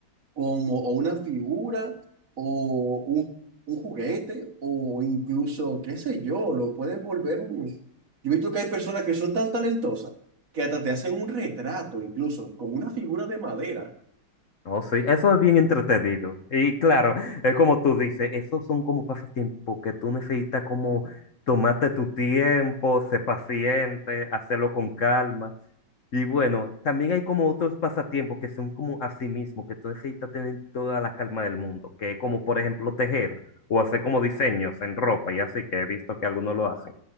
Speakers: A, on the right; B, on the left.
A: como o una figura o un, un juguete o incluso, qué sé yo, lo pueden volver un... Yo he visto que hay personas que son tan talentosas que hasta te hacen un retrato, incluso con una figura de madera.
B: no, sí, eso es bien entretenido. Y claro, es como tú dices, esos son como pasatiempos que tú necesitas como tomarte tu tiempo, ser paciente, hacerlo con calma. Y bueno, también hay como otros pasatiempos que son como a sí mismo, que tú necesitas tener toda la calma del mundo, que es como por ejemplo tejer o hacer como diseños en ropa y así, que he visto que algunos lo hacen.